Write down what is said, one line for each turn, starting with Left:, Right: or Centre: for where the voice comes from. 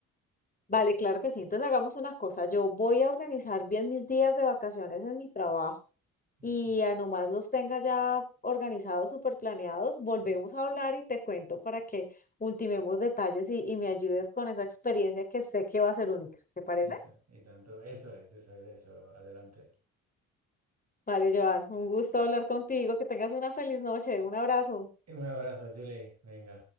Left: Vale, claro que sí. Entonces hagamos una cosa. Yo voy a organizar bien mis días de vacaciones en mi trabajo.
Right: Ujú.
Left: y a nomás los tenga ya organizados, súper planeados, volvemos a hablar y te cuento para que ultimemos detalles y, y me ayudes con esa experiencia que sé que va a ser única. ¿Te parece?
Right: Y, ta- y tanto, eso es, eso es, eso, adelante.
Left: Vale, Joan, un gusto hablar contigo, que tengas una feliz noche, un abrazo.
Right: Un abrazo, Julie, venga.